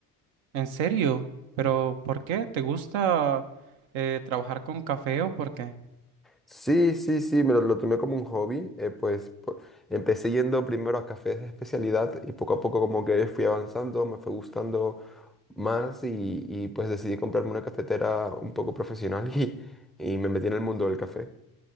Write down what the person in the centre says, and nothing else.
Sí, sí, sí, me lo, lo tomé como un hobby, eh, pues po- empecé yendo primero a cafés de especialidad y poco a poco como que fui avanzando, me fue gustando más y, y pues decidí comprarme una cafetera un poco profesional <laughs> y, y me metí en el mundo del café.